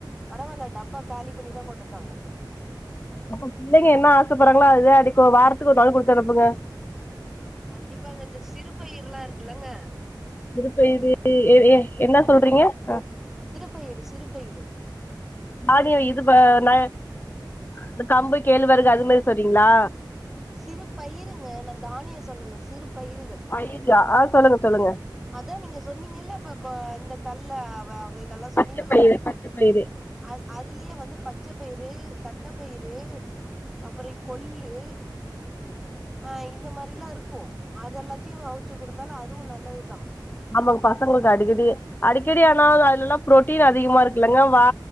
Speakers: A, in the centre; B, on the left.
A: பரவாயில்ல டப்பா காலி பண்ணிதா கொண்டு வந்தாங்க
B: அப்ப புள்ளைங்க என்ன ஆசப்பட்றாங்களோ அதுதா அடிக்கு வாரத்துக்கு ஒரு நாள் குடுத்தனுப்புங்க
A: கண்டிப்பாங்க இந்த சிறு பயிறுலா இருக்குலங்க
B: சிறு பயிறு எ எ என்ன சொல்றீங்க ஆ
A: பயிறு சிறு பயிறு
B: தானியோ இது வ ந இந்த கம்பு கேழ்வரகு அது மாரி சொல்றீங்ளா
A: சிறு பயிறுங்க நா தானியம் சொல்லல சிறு பயிறுகள்
B: பயிரா ஆ சொல்லுங்க சொல்லுங்க
A: அதா நீங்க சொன்னீங்கல இப்ப கொ இந்த கல்ல அவ அவைகள்லா சொன்னீங்கல்ல
B: பச்ச பயிறு பச்ச பயிறு
A: அ அதுலயே வந்து பச்சை பயிறு, தட்டப்பயிறு அப்பறோ கொள்ளு அ இந்த மாரிலா இருக்கு அத எல்லாத்தையு அவுச்சு குடுத்தாலு அதுவு நல்லதுதா
B: ஆமா பசங்களுக்கு அடிக்கடி அடிக்கடி ஆனா அதுலலா புரோட்டீன் அதிகமா இருக்குல்லங்க வா